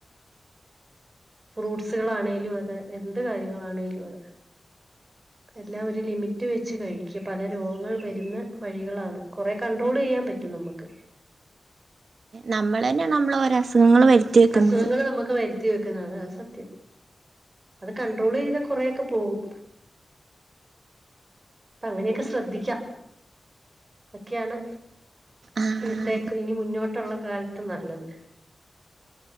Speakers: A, on the right; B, on the right.
A: ഫ്രൂട്ട്സുകളാണേലു അതെ എന്ത് കാര്യങ്ങളാണേലും അതെ എല്ലാം ഒരു ലിമിറ്റ് വെച്ച് കഴിക്ക പല രോഗങ്ങൾ വരുന്ന വഴികളാണ് കൊറേ കൺട്രോളെയ്യാൻ പറ്റും നമുക്ക്
B: നമ്മളന്നെയ നമ്മളെ ഓരോ അസുഖങ്ങള് വരുത്തി വെക്കുന്നത്
A: അസുഖങ്ങൾ നമുക്ക് വരു ത്തി വെക്കുന്നത് അതാണ് സത്യം അത് കണ്ട്രോളെയ്താ കൊറേ ഒക്കെ പോകും അപ്പ അങ്ങനെയൊക്കെ ശ്രദ്ധിക്കാ അതൊക്കെയാണ്
B: ആ
A: ഇന്നത്തേക്ക്
B: അതെ
A: ഇനി മുന്നോട്ടുള്ള കാലത്ത് നല്ലത്